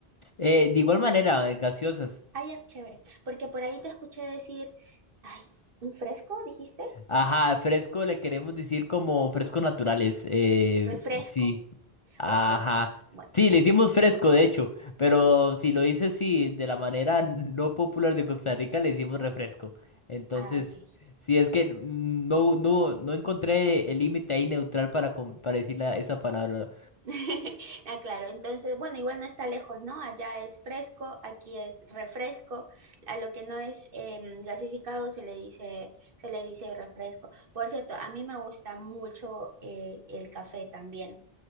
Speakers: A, on the left (about 40°); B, on the right (about 60°).
A: Eh, de igual manera, eh, gaseosas.
B: Ay, ya, chévere, porque por ahí te escuché decir, ay, ¿un fresco dijiste?
A: Ajá, fresco le queremos decir como frescos naturales. Eh,
B: Refresco.
A: sí, ajá.
B: Ok, bueno,
A: Sí, le hicimos fresco, de hecho, pero si lo dices, sí, de la manera no popular de Costa Rica, le hicimos refresco. Entonces,
B: ah, ok.
A: sí, es que no, no, no encontré el límite ahí neutral para, com- para decir la- esa palabra.
B: <laughs> Ah, claro, entonces, bueno, igual no está lejos, ¿no? Allá es fresco, aquí es refresco, a lo que no es em, gasificado se le dice, se le dice refresco. Por cierto, a mí me gusta mucho eh, el café también,